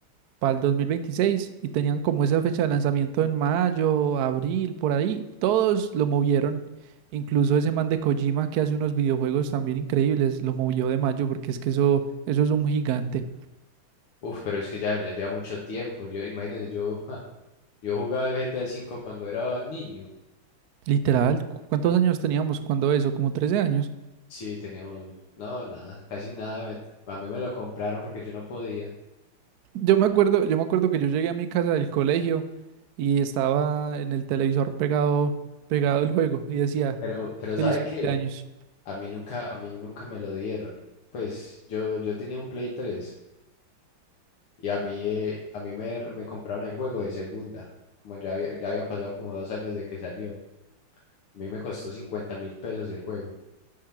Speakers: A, on the right; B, on the left.
A: para el 2026 y tenían como esa fecha de lanzamiento en mayo, abril, por ahí, todos lo movieron. Incluso ese man de Kojima que hace unos videojuegos también increíbles, lo movió de mayo porque es que eso, eso es un gigante.
B: Uf, pero es que ya, ya lleva mucho tiempo. Yo, imagínate, yo, ja, yo jugaba el GTA 5 cuando era niño.
A: Literal, ¿cu- ¿cuántos años teníamos cuando eso? Como 13 años.
B: Sí, teníamos, no, nada, casi nada. me- A mí me lo compraron porque yo no podía.
A: Yo me acuerdo, yo me acuerdo que yo llegué a mi casa del colegio y estaba en el televisor pegado, pegado el juego y decía,
B: Pero, pero
A: feliz
B: ¿sabe
A: cumpleaños.
B: qué? A mí nunca, a mí nunca me lo dieron. Pues yo, yo tenía un Play 3. Y a mí, eh, a mí me, me compraron el juego de segunda, como ya, había- ya habían pasado como dos años de que salió. A mí me costó cincuenta mil pesos el juego.